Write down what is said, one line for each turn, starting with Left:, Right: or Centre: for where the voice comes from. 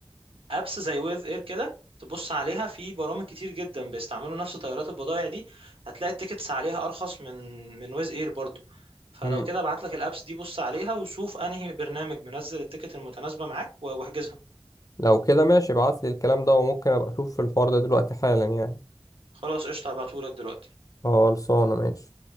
Right: أبس زي ويف إير كده تبص عليها في برامج كتير جدا بيستعملوا نفس طيارات البضائع دي هتلاقي التيكتس عليها أرخص من من ويز إير برضو فلو
Left: مم.
Right: كده ابعت لك الأبس دي بص عليها وشوف أنهي برنامج منزل التيكت المتناسبة معاك و- واحجزها
Left: لو كده ماشي ابعت لي الكلام ده وممكن ابقى اشوف الحوار ده دلوقتي حالا يعني
Right: خلاص قشطة هبعتهولك دلوقتي
Left: خلصانة ماشي